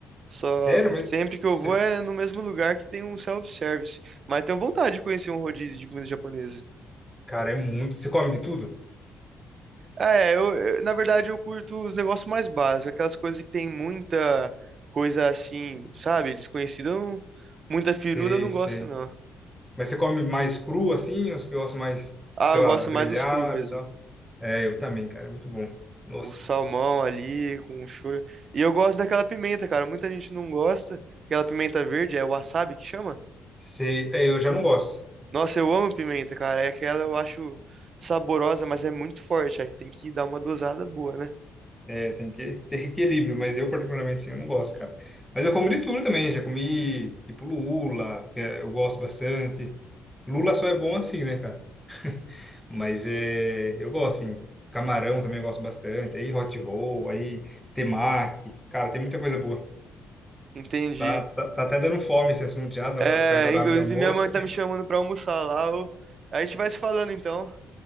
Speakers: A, on the right; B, in the centre.
A: Só
B: Sério, mas...
A: sempre que eu
B: Você...
A: vou é no mesmo lugar que tem um self-service. Mas tenho vontade de conhecer um rodízio de comida japonesa.
B: Cara, é muito... Você come de tudo?
A: É, eu, eu- na verdade eu curto os negócios mais básicos, aquelas coisas que tem muita coisa assim, sabe, desconhecida, eu não- muita firula
B: Sei,
A: eu não
B: sei.
A: gosto não.
B: Mas você come mais cru assim, ou você gosta mais,
A: Ah,
B: sei
A: eu
B: lá,
A: gosto
B: grelhado
A: mais dos cru mesmo.
B: e tal? É, eu também, cara, é muito bom. Nossa,
A: O salmão ali com o shoyu. E eu gosto daquela pimenta, cara. Muita gente não gosta. Aquela pimenta verde, é o wasabi que chama?
B: você, é, eu já não gosto.
A: Nossa, eu amo pimenta, cara. É aquela eu acho saborosa, mas é muito forte. Aí tem que dar uma dosada boa, né?
B: É, tem que ter equilíbrio, mas eu particularmente sim, eu não gosto, cara. Mas eu como de tudo também, já comi tipo lula, que é- eu gosto bastante. Lula só é bom assim, né, cara? Mas é, eu gosto, assim. Camarão também eu gosto bastante. Aí hot roll, aí temaki. Cara, tem muita coisa boa.
A: Entendi.
B: Tá, tá, tá até dando fome esse assunto já, tá
A: É,
B: perto do horário
A: inclusive
B: de almoço.
A: minha mãe tá me chamando pra almoçar lá. ô. A gente vai se falando então.